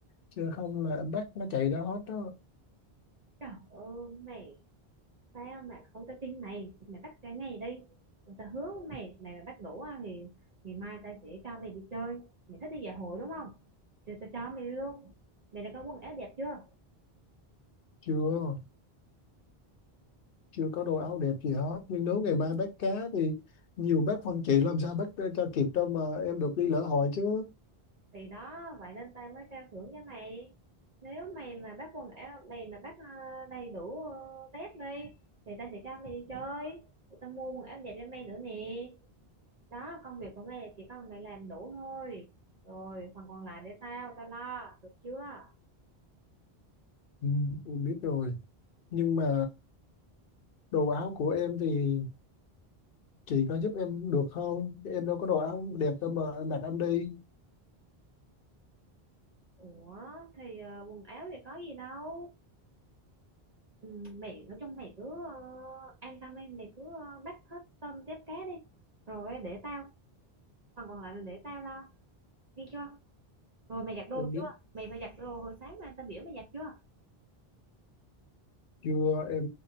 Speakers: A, on the left; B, on the right.
A: chứ không là em bắt nó chạy ra hết đó
B: trời ơi mày tao mà không tao tin mày mày bắt cả ngày đi ừ, tao hứa với mày mày mà bắt đủ á thì ngày mai tao sẽ cho mày đi chơi mày thích đi dạ hội đúng không thì tao cho mày đi luôn mày đã có quần áo đẹp chưa
A: chưa chưa có đồ áo đẹp gì hết nhưng nếu ngày mai bắt cá thì nhiều bác phân chị làm sao bắt cho kịp đâu mà em được đi lễ hội chứ
B: thì đó vậy nên tao mới trao thưởng cho mày nếu mày mà bắt quần áo mày mà bắt ờ, đầy đủ ờ, test đi thì tao sẽ cho mày đi chơi tụi tao mua quần áo đẹp cho mày nữa nè đó công việc của mày là chỉ cần mày làm đủ thôi rồi phần còn lại để tao tao lo được chưa
A: ừ, em biết rồi nhưng mà đồ áo của em thì chị có giúp em được không em đâu có đồ áo đẹp đâu mà em mặc em đi
B: ủa thì ờ, quần áo thì có gì đâu ừ, mày nói chung mày cứ ờ, an tâm đi mày cứ ờ, bắt hết tôm tép cá đi rồi để tao phần còn lại là để tao lo ghi chưa Rồi mày giặt đồ
A: em biết
B: chưa? Mày phải giặt đồ hồi sáng mà tao biểu mày giặt chưa?
A: chưa em